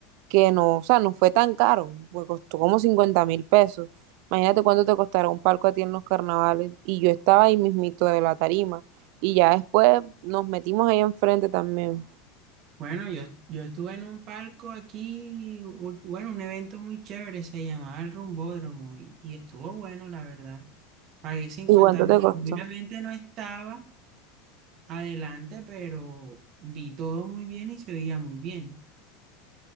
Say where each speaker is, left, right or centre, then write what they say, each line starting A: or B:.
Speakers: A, on the right; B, on the right.
A: que no, o sea, no fue tan caro, me costó como cincuenta mil pesos. Imagínate cuánto te costará un palco a ti en los carnavales. Y yo estaba ahí mismito de la tarima. Y ya después nos metimos ahí enfrente también.
B: Bueno, yo, yo estuve en un palco aquí, ul- bueno, un evento muy chévere, se llamaba el Rumbódromo y, y estuvo bueno, la verdad. Pagué cincuenta
A: ¿Y cuánto
B: mil.
A: te costó?
B: Obviamente no estaba adelante, pero vi todo muy bien y se oía muy bien.